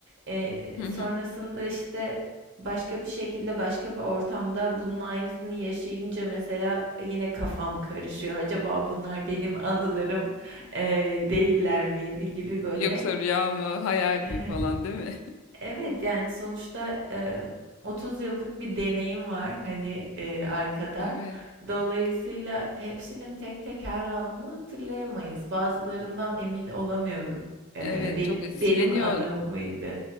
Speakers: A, on the right; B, on the left.
A: Eee,
B: Hı hı.
A: sonrasında, işte, başka bir şekilde başka bir ortamda bunun aynısını yaşayınca mesela yine kafam karışıyor. Acaba bunlar benim anılarım eee, değiller miydi gibi böyle.
B: Yoksa rüya mı, hayal mi
A: <laughs>
B: falan değil mi?
A: Evet yani sonuçta eee, 30 yıllık bir deneyim var hani eee, arkada.
B: <laughs> Evet.
A: Dolayısıyla hepsinin tek tek her anını hatırlayamayız. Bazılarından emin olamıyorum. Eee,
B: Evet
A: benim
B: çok
A: benim
B: siliniyor.
A: anım mıydı